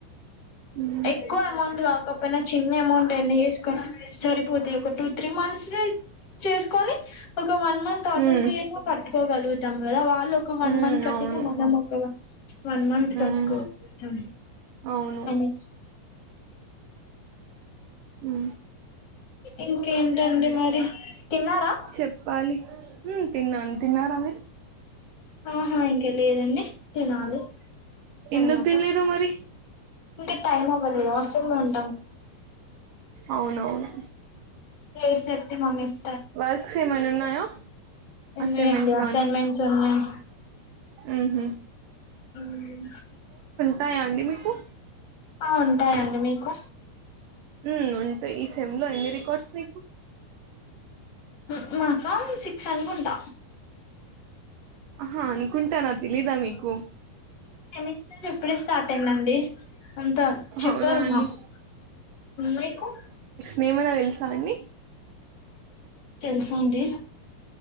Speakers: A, on the right; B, on the left.
A: మ్మ్
B: ఎక్కువ అమౌంట్ రాకపోయిన చిన్న అమౌంట్ ఎర్న్ చేస్కున్న సరిపోతయి ఒక టూ త్రీ మంత్స్ చేస్కొని ఒక వన్ మంత్ హాస్టల్
A: మ్మ్
B: ఫీ అయినా కట్టుకోగలుగుతాం కదా వాళ్ళు ఒక వన్
A: మ్మ్
B: మంత్ కట్టినా
A: అవును
B: మనం ఒక వన్ వన్ మంత్
A: మ్మ్
B: కట్టుకోవచ్చు
A: అవును
B: అని
A: మ్
B: ఇంకేంటండి మరి తిన్నారా
A: చెప్పాలి హ్ తిన్నాను తిన్నారా మీరు?
B: ఆహా ఇంక లేదండి తినాలి తర్వాత
A: ఎందుకు తినలేదు మరి
B: ఇప్పుడే టైమ్ అవ్వలేదు హాస్టలో ఉన్
A: అవునవును.
B: ఎయిట్ థర్టీ మమ్మీస్
A: వర్క్స్ ఏమైనా ఉన్నాయా
B: ఉన్నయ్
A: అసైన్మెంట్స్
B: అండి అసైన్మెంట్స్ ఉన్నయి.
A: మ్ హ్
B: అవునా
A: టాయా అండి మీకు
B: ఆ ఉంటాయండి, మీకు?
A: మ్ ఉంటయి. ఈ సెమ్లో ఎన్ని రికార్డ్స్ నీకు
B: మ్ మాక సిక్స్ అనుకుంటా
A: అహ అనుకుంటానా తెలీదా మీకు
B: సెమిస్టర్ ఇప్పుడే స్టార్ట్ అయిందండి. అంత చెప్పరు
A: అవునా అండి
B: మాకు మీకు
A: వేమన తెల్సా అండి.
B: తెల్సండి.